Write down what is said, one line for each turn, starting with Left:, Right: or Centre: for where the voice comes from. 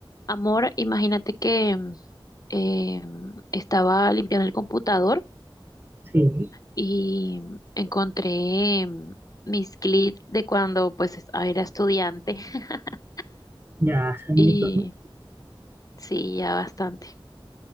Left: Amor, imagínate que eh, estaba limpiando el computador
Right: Sí,
Left: y encontré eh, mis clips de cuando pues es- ah, era estudiante <laughs>
Right: ya hace añitos,
Left: y
Right: ¿no?
Left: sí, ya bastante.